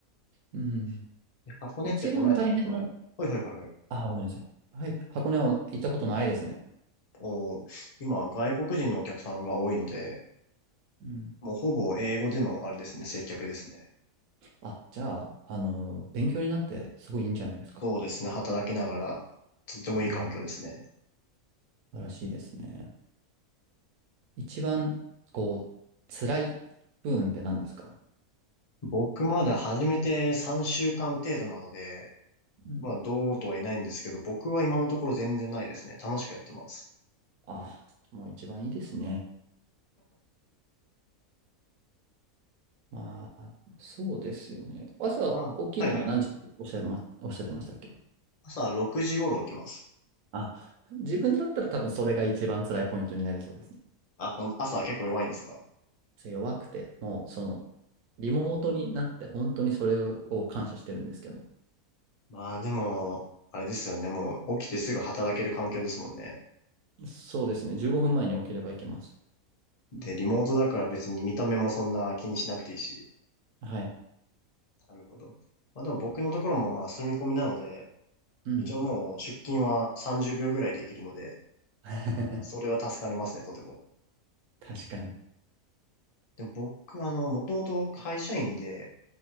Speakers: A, on the right (about 75°); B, on the left (about 45°).
A: うん。
B: で箱根って来られたことは、
A: 一番大変な、
B: ほいほいほいほい。
A: あ、ごめんなさい。はい。箱根は行ったことないですね。
B: おー今は外国人のお客さんが多いので、
A: うん。
B: もうほぼ英語でのあれですね、接客ですね。
A: あ、じゃあ、あの、勉強になってすごいいいんじゃないですか。
B: そうですね、働きながら、とってもいい環境ですね。
A: うん。素晴らしいですね。一番、こう、辛い部分って何ですか
B: 僕まだ始めて3週間程度なので、
A: うん。
B: まあどうとは言えないんですけど、僕は今のところ全然ないですね。楽しくやってます。
A: あ、もう一番いいですね。まあ、そうですよね。朝起きるの何時っておっしゃいま、
B: まあ、はいはいはい。
A: おっしゃってましたっけ
B: 朝6時頃起きます。
A: あ、自分だったら多分それが一番辛いポイントになりそうですね。
B: あ、ほん、朝結構弱いんですか
A: 弱くて、もうその、リモートになって本当にそれを感謝してるんですけど。
B: まあでも、あれですよね。もう起きてすぐ働ける環境ですもんね。
A: そうですね。15分前に起きればいけます。
B: で、リモートだから別に見た目もそんな気にしなくていいし。
A: はい。
B: なるほど。まあでも僕のところもまあ住み込みなので、
A: うん。
B: 一応もう出勤は30秒ぐらいできるので、
A: <laughs>
B: それは助かりますね、とても。
A: 確かに。
B: でも僕、あの、もともと会社員で、